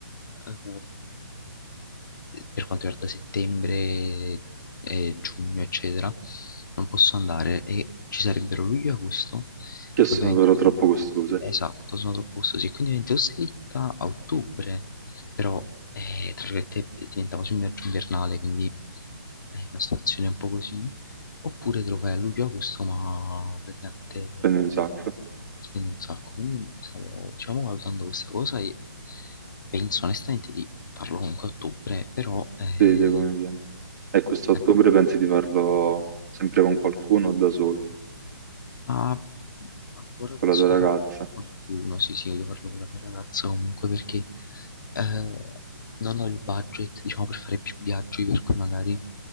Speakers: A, on the left; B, on the right.
A: eh, per quanto riguarda settembre e giugno, eccetera, non posso andare e ci sarebbero luglio e agosto,
B: Che
A: che
B: sono
A: ovviamente
B: però
A: sono,
B: troppo costose,
A: esatto, sono troppo costosi, e quindi ovviamente ho slitta a ottobre, però eh, tra virgolette diventa quasi un viaggio invernale, quindi è una situazione un po' così. Oppure te lo fai a luglio-agosto, ma praticamente eh,
B: spendo un sacco,
A: spendi un sacco. Quindi stavo, diciamo, valutando questa cosa e penso onestamente di farlo comunque a ottobre, però eh,
B: si vede come viene. E quest'ottobre
A: la-
B: pensi di farlo sempre con qualcuno o da solo,
A: Ma ancora
B: con
A: penso
B: la tua ragazza?
A: di farlo con qualcuno, sì, sì, voglio farlo con la mia ragazza comunque perché eh, non ho il budget, diciamo, per fare più viaggi, per cui magari